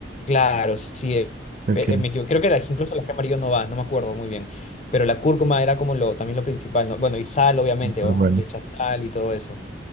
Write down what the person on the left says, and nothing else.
Claro, sí, eh,
eh, me equivoco. Creo que la- incluso la ají amarillo no va, no me acuerdo muy bien. Pero la cúrcuma era como lo, también lo principal, ¿no? Bueno, y sal, obviamente,
¿no?
Le echas sal y todo eso.